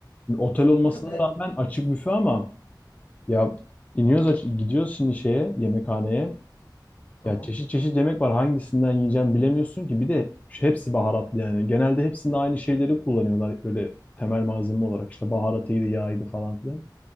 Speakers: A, on the left; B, on the left.
A: Otel olmasına
B: Kanka bir
A: rağmen
B: de
A: açık büfe ama Ya iniyoruz aç gidiyoruz şimdi şeye yemekhaneye.
B: tamam.
A: Ya çeşit çeşit yemek var. Hangisinden yiyeceğim bilemiyorsun ki. Bir de hepsi baharatlı yani. Genelde hepsinde aynı şeyleri kullanıyorlar böyle temel malzeme olarak. İşte baharatıydı, yağıydı falan filan.